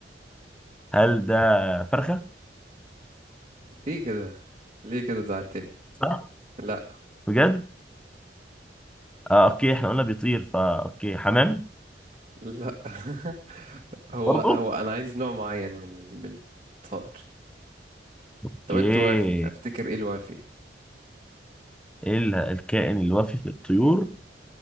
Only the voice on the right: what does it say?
ليه كده ليه كده زعلتني
لا
لا <laughs> هو
هو انا عايز نوع معين من ال- من الطائر
انت قلت
وافي فافتكر ايه الوافي